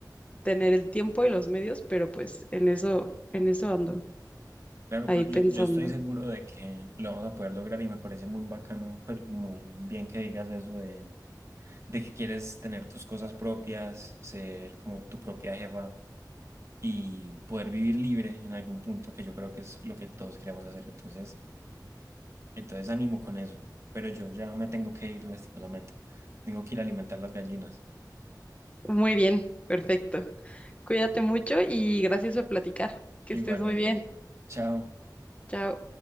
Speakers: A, on the left; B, on the right.
A: tener el tiempo y los medios, pero pues en eso, en eso ando,
B: Claro,
A: ahí
B: pero
A: pensando.
B: yo, yo estoy seguro de que lo vamos a poder lograr y me parece muy bacano, pues muy bien que digas eso de, de que quieres tener tus cosas propias, ser como tu propia jefa y poder vivir libre en algún punto, que yo creo que es lo que todos queremos hacer. Entonces, Entonces animo con eso, pero yo ya me tengo que ir lastimosamente. Tengo que ir a alimentar las gallinas.
A: Muy bien, perfecto. Cuídate mucho y gracias por platicar. Que
B: Igualmente.
A: estés muy bien.
B: Chao.
A: Chao.